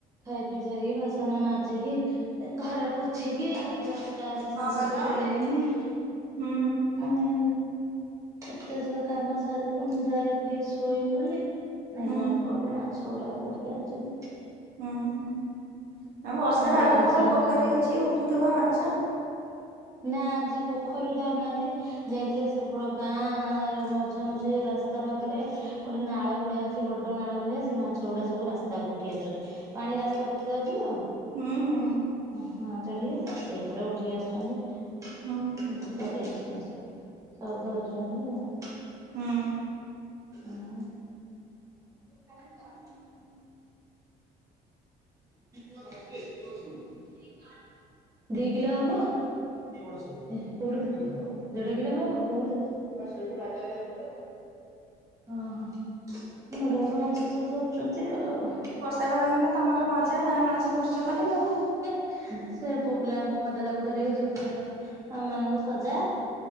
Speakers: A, on the right; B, on the right.
A: ଖାଇ ପି ସାରିକି ବାସନ ମାଜିକି ଘର ପୋଛିକି ଲୁଗାପଟାରା
B: କଣ
A: ସବୁ
B: କହିଲ
A: ଖେଳେଇନି।
B: ହୁଁ।
A: ମୁଇ ଏତେ ସବୁ କାମ ସାରିକି ମୁଁ ଯାଇକି ଟିକେ ସୋ ଇମି ବୋଲି ଦେଖିଲା
B: ହୁଁ
A: ବେଳକୁୁ ଇଆଡୁ ମାଛ ଗୁରାକ ଧରିକି ଆଣିଛନ୍ତି।
B: ଉୁଁ ହୁଁ ଆ ବର୍ଷା
A: ବଡ
B: ପାଗ
A: ଟେନସନ।
B: ତମର ପୋଖରୀ ଅଛି ଉଠୁଥିବ ମାଛ?
A: ନା ଆଜି ପୋଖରୀରୁ ଧରି ନାହାନ୍ତି ଯାଇଥିଲେ ସେପଟ ଗାଁ
B: ହ <inaudible>
A: ମଝିଆ ମଝି ରାସ୍ତା ପାଖରେ ଗୋଟେ ନାଳ ଭଳିଆ ଅଛି ବଡ ନାଳ ଭଳିଆ ସେଇ ମାଛ ଗୁଡା ସବୁ ରାସ୍ତା ସ୍ତାକୁ ଉଠି ଆସୁଚନ୍ତି। ପାଣି ରାସ୍ତା ପଟେ ଯାଉଛି ତ
B: ହୁଁ ହୁଁ
A: ହଁ ଚଢ଼ିଏ ସେପଟେ ଉଠିକି ଆସୁଛନ୍ତି।
B: ହଁ।
A: ବଢିଆସିଛନ୍ତି ସବୁ ଧରୁଛନ୍ତି ଆଉ।
B: ହୁଁ
A: ଆଉ <inaudible> କି କଆ ଧାଚ କି କ ଶୁଛ <inaudible>
B: କିଏ <inaudible>
A: ଦି କିଲୋ ହବ ଏତିକି ବଡ଼ ସେଉଳ ଟା ପା। କଉଠୁ ଦେଢ କିଲୋ ହବ କଉଠି କଣ ସେଇଠି ରାଜା ଭାଇ ନଥିଲେ? ଓ ହୋ ବଡ ବଡ ମାଛ ସବୁ ଧରୁଛନ୍ତି ଆଉ।
B: ବର୍ଷା ପାଗ ହେଲେ ତମର ମଜା ମାଛ ଧରୁଛ ଖାଲି ଆଉ।
A: ସେ ପୁଅ ପିଲାଙ୍କୁ ମଜା ଲାଗୁ ଧରିଆକୁ ଝିଅ ପିଲାର ଆମ ମାନଙ୍କୁ ସଜା